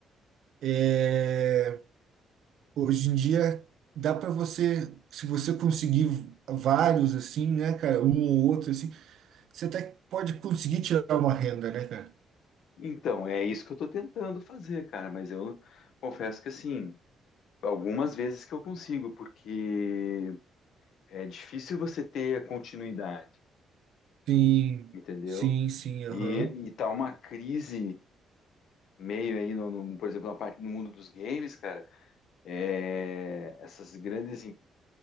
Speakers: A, on the right; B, on the left.
A: é, hoje em dia dá para você, se você conseguir vários assim, né, cara, um ou outro assim, você até pode conseguir tirar uma renda, né, cara?
B: Então, é isso que eu tô tentando fazer, cara, mas eu confesso que assim, algumas vezes que eu consigo, porque é difícil você ter continuidade,
A: Sim,
B: entendeu?
A: sim, sim, aham.
B: E, e tá uma crise meio aí, no, no- por exemplo, na parte no mundo dos games, cara, é, essas grandes em-